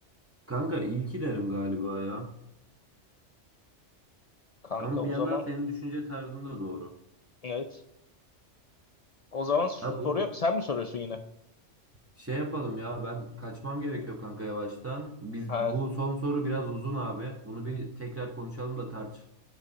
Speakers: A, on the right; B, on the left.
A: Kanka ilki derim galiba ya.
B: Kanka
A: Ama
B: o
A: bir yandan
B: zaman
A: senin düşünce tarzın da doğru.
B: evet. O zaman soruyor.
A: Ha bu
B: Sen mi soruyorsun yine?
A: Şey yapalım ya ben kaçmam gerekiyor kanka yavaştan. Biz
B: Ha
A: bu son soru biraz uzun abi. Bunu bir tekrar konuşalım da tartışalım